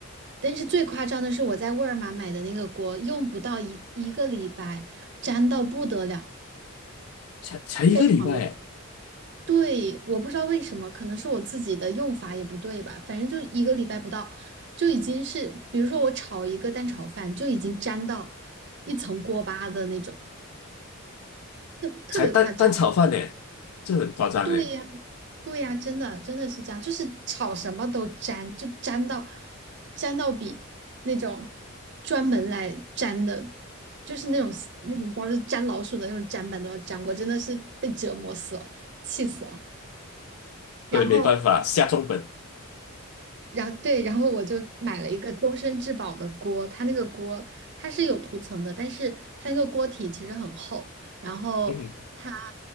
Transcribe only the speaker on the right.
但是最夸张的是我在沃尔玛买的那个锅，用不到一一个礼拜，粘到不得了。
非常的。对，我不知道为什么，可能是我自己的用法也不对吧。反正就一个礼拜不到，就已经是，比如说我炒一个蛋炒饭，就已经粘到一层锅巴的那种，就特别夸张。
对呀，对呀，真的真的是这样，就是炒什么都粘，就粘到粘到比那种专门来粘的，就是那种那种包是粘老鼠的那种粘板都要粘，我真的是被折磨死了，气死了。
然后
然后对，然后我就买了一个终身质保的锅，它那个锅它是有涂层的，但是它那个锅体其实很厚，然后它